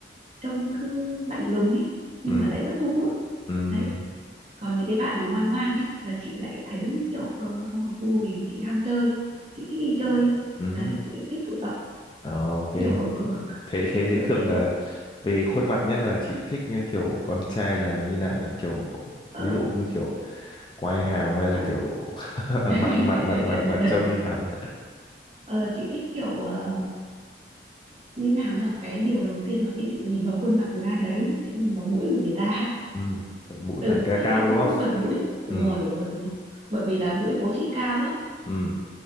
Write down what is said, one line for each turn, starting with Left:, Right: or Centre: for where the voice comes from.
Right: trông cứ lạnh lùng ấy nhưng
Left: um
Right: mà lại rất thu hút
Left: um
Right: đấy còn những cái bạn mà ngoan ngoan ấy là chị lại thấy kiểu ờ, không hợp gu vì chị ham chơi chị thích đi chơi
Left: um
Right: đấy chị thích tụ tập
Left: okay
Right: kiểu <laughs>
Left: thế thế thế
Right: kiểu
Left: thường
Right: thế
Left: là về khuôn mặt nhé là chị thích như kiểu con trai là như nào nhỉ kiểu
Right: ờ
Left: ví dụ như kiểu quai hàm hay là
Right: ờ.
Left: kiểu <laughs>
Right: <laughs>
Left: mặt mặt mặt mặt mặt trông như nào nhỉ
Right: Ờ, chị thích kiểu ờ, như nào nhỉ cái điều đầu tiên mà khi chị nhìn vào khuôn mặt một ai đấy chị sẽ nhìn vào mũi của người ta
Left: ừ. mũi
Right: ừ
Left: phải ca
Right: chị
Left: cao
Right: bị thu
Left: đúng
Right: hút
Left: không
Right: bởi mũi
Left: kiểu...
Right: đúng
Left: ừ.
Right: rồi đúng rồi đúng rồi bởi vì là mũi bố chị cao lắm
Left: Ừ.